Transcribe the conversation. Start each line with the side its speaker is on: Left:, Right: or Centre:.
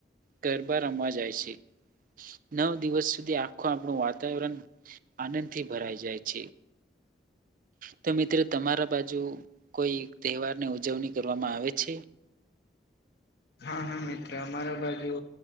Right: ગરબા રમવા જાય છે નવ દિવસ સુધી આખું આપણું વાતાવરણ આનંદથી ભરાઈ જાય છે તો મિત્રો તમારા બાજુ કોઈ તહેવારની ઉજવણી કરવામાં આવે છે
Left: હા હા મિત્ર અમારા બાજુ